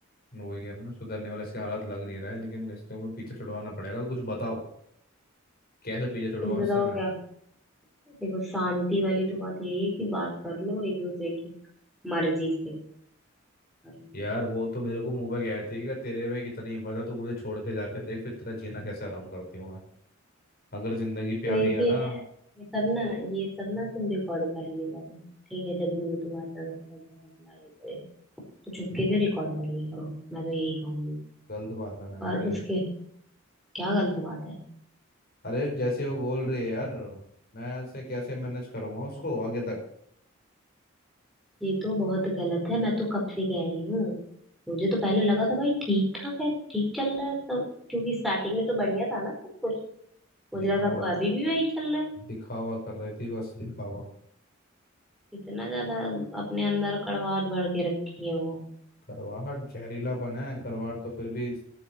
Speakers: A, on the left; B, in the centre.
A: वही कह रहा हूं ना सुधरने वाले इसके हालात लग नहीं रहा है लेकिन इसको मैं पीछे छुड़वाना पड़ेगा कुछ बताओ कैसे पीछे छुड़वाऊं
B: कुछ बताओ
A: इससे मैं
B: क्या देखो शांति वाली तो बात यही है कि बात कर लो एक दूसरे की मर्जी से कर लो
A: यार वो तो मेरे को मुंह पे कहती है कि तेरे में कितनी हिम्मत है तो मुझे छोड़ के जाके देख फिर तेरा जीना कैसे आराम करती हूँ मैं अगर जिंदगी प्यारी
B: तो एक
A: है
B: ही
A: ना
B: है ये सब ना ये सब ना तुम रिकॉर्ड कर लिए करो ठीक है जब भी वो तुम्हारे साथ ऐसा झगड़ा लड़ाई करे तो चुपके
A: ठीक है,
B: से रिकॉर्ड कर लिए करो मैं तो यही कहूंगी
A: गलत बात है ना यार
B: और
A: ये
B: उसके क्या गलत बात है
A: अरे जैसे वो बोल रही है यार मैं ऐसे कैसे मैनेज करूंगा उसको आगे तक
B: ये तो बहुत गलत है मैं तो कब से कह रही हूँ मुझे तो पहले लगा था भाई ठीक ठाक है ठीक चल रहा है तो क्योंकि स्टार्टिंग में तो बढ़िया था ना सब कुछ मुझे
A: दिखावा
B: लगा अभी भी वही चल रहा है
A: दिखावा कर रही थी बस दिखावा
B: इतना ज्यादा अपने अंदर कड़वाहट भर के रखी है वो
A: करवाहट जहरीला बना है करवाहट तो फिर भी